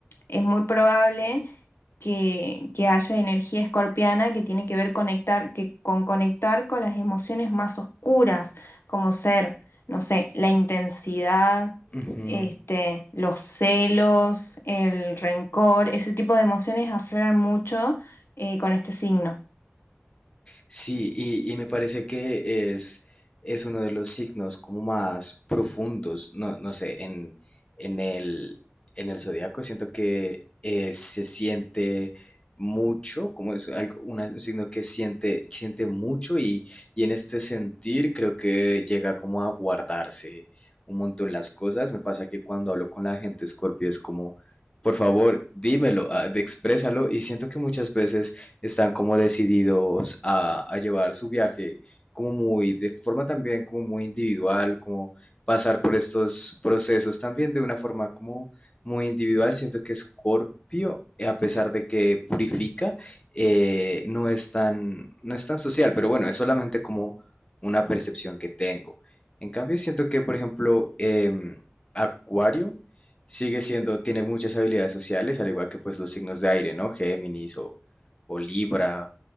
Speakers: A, on the left; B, on the left.
A: es muy probable que, que haya energía escorpiana que tiene que ver conectar, que, con conectar con las emociones más oscuras, como ser, no sé, la intensidad,
B: Ujú.
A: este, los celos, el rencor. Ese tipo de emociones afloran mucho eh, con este signo.
B: Sí, y, y me parece que es, es uno de los signos como más profundos, no, no sé, en, en el, en el zodiaco siento que eh, se siente mucho, como es algo, una- un signo que siente, que siente mucho y, y en este sentir creo que llega como a guardarse un montón las cosas. Me pasa que cuando hablo con la gente Scorpio es como, por favor, dímelo, ah, de- exprésalo y siento que muchas veces están como decididos a, a llevar su viaje como muy, de forma también como muy individual, como pasar por estos procesos también de una forma como muy individual. Siento que Scorpio, eh, a pesar de que purifica, eh, no, es tan, no es tan social, pero bueno, es solamente como una percepción que tengo. En cambio, siento que, por ejemplo, em, Acuario sigue siendo, tiene muchas habilidades sociales, al igual que pues los signos de aire, ¿no? Géminis o o Libra,